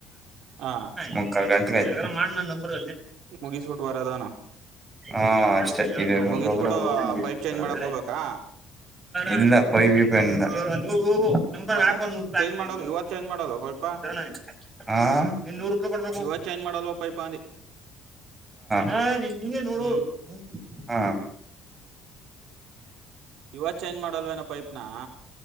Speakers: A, on the right; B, on the right.
A: ಹಾ
B: ಮುಕ್ಕಾಲ್ ಗಂಟೆ ಸ ಮಾಡ್ಣ ನಂಬರ್
A: ಮುಗಿಸ್ಬಿಟ್ಟು ಬರೋದನು
B: ಹಾ ಅಷ್ಟೇ ಇದ
A: ಮುಗಿಸ್ಬಿಟ್ಟು
B: ಗೊಬ್ಬರ ಮೂವರ
A: ಪೈಪ್ ಚೇಂಜ್ ಮಾಡಕ್ ಹೋಗ್ಬೇಕಾ
B: ಇಲ್ಲ ಪೈ ಬಿ ಪ್ಯಾನ್ಲ್ಲ ನಂಬರ್
A: ಮತ್ತ
B: ಹಾಕ ಒಂದ್
A: ಚೇಂಜ್ ಮಾಡಲ್
B: ನೂರುೂಪಾಯಿ
A: ಇವತ್ ಚೇಂಜ್ ಮಾಡಲ್ವ ಪೈಪ
B: ಆಗ್ತ ನೀ ನೂರು ರೂಪಾಯ ಕೊಡ್ಬೇಕು
A: ಇವತ್ ಚೇಂಜ್ ಮಾಡಲ್ವ ಪೈಪ ಅಂದಿ
B: ಹ ನೀನ್ ನಿ ನೋಡು
A: ಹ್ಮ್
B: ಹಾಂ
A: ಇವಾಗ ಚೇಂಜ್ ಮಾಡಲ್ವೇನೋ ಪೈಪ್ನಾ